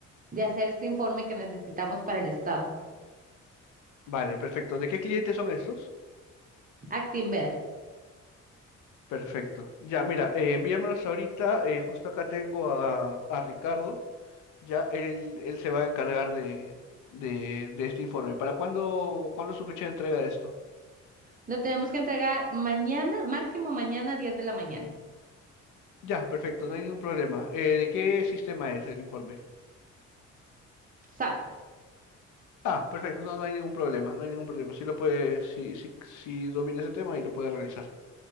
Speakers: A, on the right; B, on the left.
A: de hacer este informe que necesitamos para el Estado.
B: Vale, perfecto. ¿De qué clientes son estos?
A: Actinver.
B: Perfecto. Ya, mira, eh, envíamelos ahorita. eh, justo acá tengo a, a Ricardo. Ya él, él se va a encargar de, de, de este informe. ¿Para cuándo, cuándo es su fecha de entrega de esto?
A: Lo tenemos que entregar mañana, máximo mañana, 10 de la mañana.
B: Ya, perfecto, no hay ningún problema. Eh, ¿de qué sistema es el informe?
A: SAP.
B: Ah, perfecto, no, no hay ningún problema, no hay ningún problema. Sí lo puede, sí, sí, sí domina ese tema y lo puede realizar.